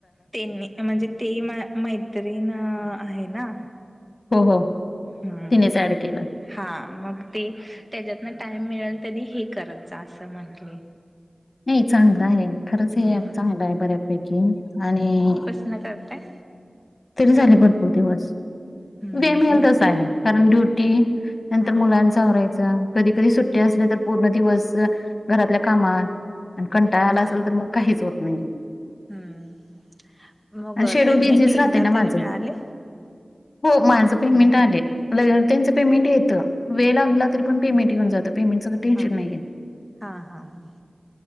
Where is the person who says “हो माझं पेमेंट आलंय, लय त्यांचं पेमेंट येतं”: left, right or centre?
Left